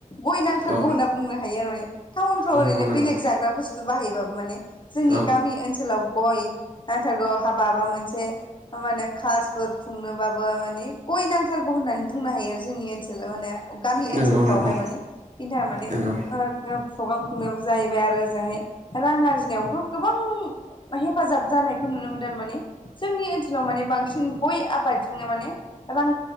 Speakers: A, on the left; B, on the right.
A: गय नांथारगौ
B: औ
A: होनना बुंनो हायो आरो माने टाउन फाव
B: नंगौ
A: ओरैनो
B: नंगौ
A: बेलेग जाग्रा बुस्थु। थु बाहायबाबो माने जोंनि
B: औ
A: गामि ओनसोलाव गय नांथारगौ हाबा हाबा मोन मोनसे होनबानो खाबुफोर खुंनोबाबो माने गय ओ सालगौ होननानै बुंनो हायो आरो जोंनि ओनसोलाव माने गामि
B: नंगौ
A: ओनसोलफ्रावहाय
B: नंगौ
A: माने बिन्था माने
B: नंगौ
A: प्रग्राम खुंनोबो जाहैबाय आरो ओजोंहाय रां आरजिनायावथ' गोबां। हेफाजाब जानायखौ नुनो मोनदों थारमाने। जोंनि ओनसोलाव माने बांसिन गय आबादजोंनो माने रां